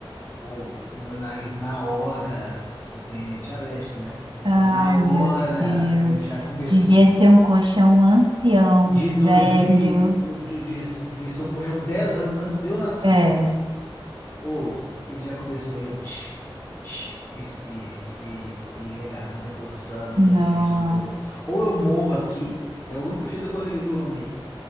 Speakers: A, on the left (about 25°); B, on the right (about 60°).
A: pô, o meu nariz na hora, eu tenho rinite alérgica, né?
B: Ai,
A: Na hora
B: meu Deus.
A: ele já começou.
B: Devia ser um colchão ancião,
A: De 2000,
B: velho.
A: e- o- de, de, devia ser o colchão 10 anos antes de eu nascer.
B: É,
A: Ou ele já começou e eu tch, tch, espirra, espirra, espirra, a garganta coçando. Eu
B: nossa.
A: Falei assim, gente, eu não vou. Ou eu morro aqui, é o único jeito de eu conseguir dormir,